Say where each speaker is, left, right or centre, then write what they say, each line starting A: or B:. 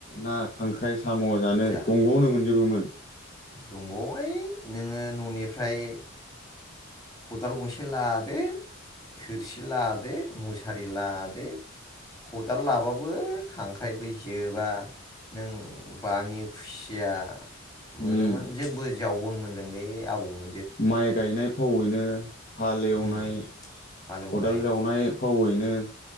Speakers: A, on the left; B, on the left.
A: ना खांख्राइ साम' जानो
B: जा
A: दंग'आवनो मोनजोबोमोन।
B: दंग' ओइ नोङो न'निफ्राय खदाल गंसे लादो थोरसि लादो मुसारि लादो खदाल लाबाबो खांख्राइबो जोबा नों बामि, खुसिया मोनोमोन
A: उम
B: जोंबो जाव <inaudible>
A: माइ गायनाय फावैनो। <inaudible> हालेवनाय
B: उम हालेवनाय
A: खदाल जावनाय। फावैनो